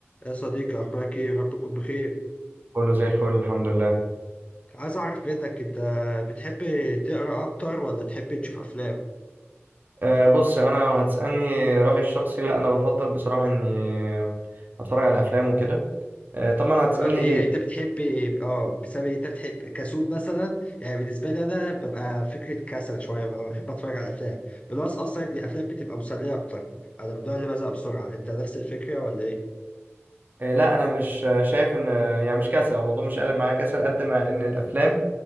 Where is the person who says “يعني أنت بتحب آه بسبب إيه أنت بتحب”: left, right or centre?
Left